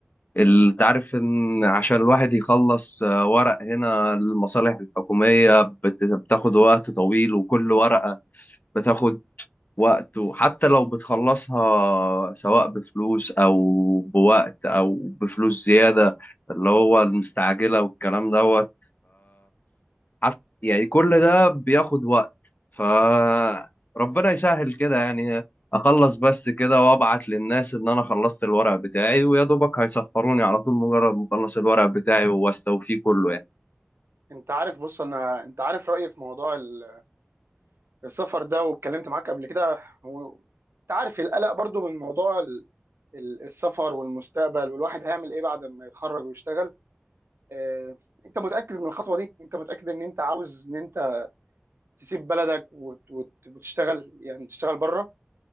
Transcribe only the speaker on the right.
انت عارف بص انا انت عارف رأيي في موضوع ال- السفر ده واتكلمت معاك قبل كده و... انت عارف القلق برضو من موضوع ال- ال- السفر والمستقبل والواحد هيعمل ايه بعد ما يتخرج ويشتغل آه، انت متأكد من الخطوة دي انت متأكد ان انت عاوز ان انت تسيب بلدك وت- وت- وتشتغل يعني تشتغل بره